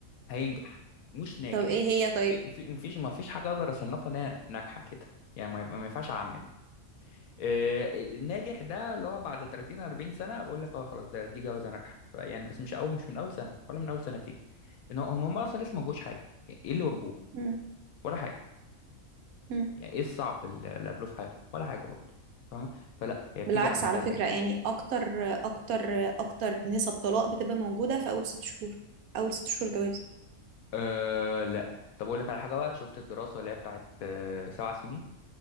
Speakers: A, on the left; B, on the right.
A: هينجح مش ناجح
B: طب ايه هي طيب
A: في في- مفيش مفيش حاجة اقدر اصنفها انها ناجحة كده يعني ما ما ينفعش اعمم آه، آه، الناجح ده اللي هو بعد 30 40 سنة بقول لك اه خلاص ده دي جوازة ناجحة يعني بس مش اول مش من اول سنة ولا من اول سنتين ان هو إن هم اصلا لسه ما جوش حاجه يعني ايه اللي واجهوه
B: مم.
A: ولا حاجه
B: مم.
A: يعني ايه الصعب اللي اللي قابلوه في حياتهم ولا حاجه برضه فاهمه فلا هي بتيجي
B: بالعكس
A: على المدى
B: على
A: البعيد
B: فكرة يعني أكتر أكتر أكتر نسب طلاق بتبقى موجودة في أول ست شهور أول ست شهور جواز
A: أه لا طب اقول لك على حاجه بقى شفت الدراسه اللي هي بتاعت آه، سبع سنين